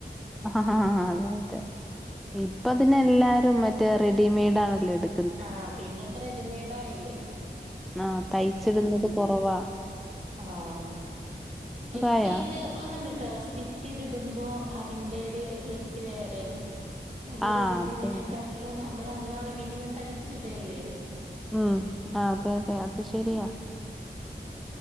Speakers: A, in the centre; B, on the right (about 40°).
A: അതെ അതെ ഇപ്പ അതിൻ എല്ലാരും മറ്റേ റെഡിമെയ്ഡ് ആണല്ലോ ഇട്
B: ആ പിന്നെ ഇപ്പ റെഡിമെയ്ഡ് ആയില്ലേ
A: ആഹ് തയ്ച്ചിടുന്നത് കുറവാ
B: ആഹ് സ്റ്റിച്ച്
A: ആയാ
B: ചെയ്ത് ഒന്ന്ട്ടോ സ്റ്റിച്ച്യ്തിടുമ്പോ അതിന്റെ ഒരു വൃത്തി വേററേണ് നമ്മൾ
A: ആഹ്
B: റെഡിമെയ്ഡിനെക്കാട്ടിലും
A: അതന്നെ
B: നമ്മൾ നമ്മളെ അളവിന് ഇങ്ങട്ട് അടിച്ച് ഇടഅല്ലേ
A: ഉം ആഹ് അതെ അതെ അത് ശെരിയാ